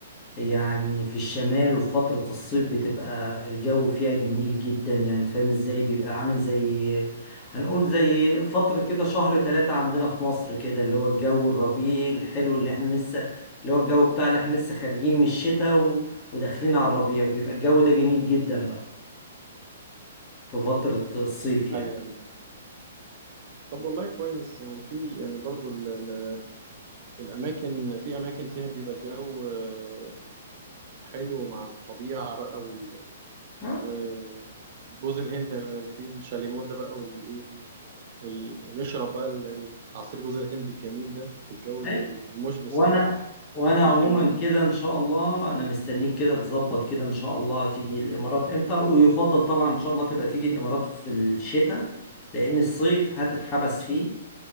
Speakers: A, on the left (about 25°); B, on the right (about 45°).
A: يعني في الشمال وفي فترة الصيف بتبقى الجو فيها جميل جدا يعني انت فاهم ازاي بيبقى عامل زي هنقول زي فترة كده شهر تلاتة عندنا في مصر كده اللي هو الجو الربيع الحلو اللي احنا لسه اللي هو الجو بتاع اللي احنا لسه خارجين من الشتاء و... وداخلين على الربيع بيبقى الجو ده جميل جدا بقى في فترة الصيف يعني
B: أيوه أيوه طب والله كويس يعني في يعني برضو ال- ال- الأماكن في أماكن فيها بيبقى الجو آه، حلو مع الطبيعة بقى وال
A: ها
B: و- جوز الهند اللي فيه الشاليمو ده بقى والإيه وال- ونشرب بقى ال- ال- عصير جوز الهند الجميل ده في الجو
A: ها
B: المشمس
A: وانا
B: الرائع
A: وانا عموما
B: يبقى جميل
A: كده ان شاء الله انا مستنيك كده تظبط كده ان شاء الله تيجي الامارات امتى ويفضل طبعا ان شاء الله تبقى تيجي الامارات في الشتاء لان الصيف هتتحبس فيه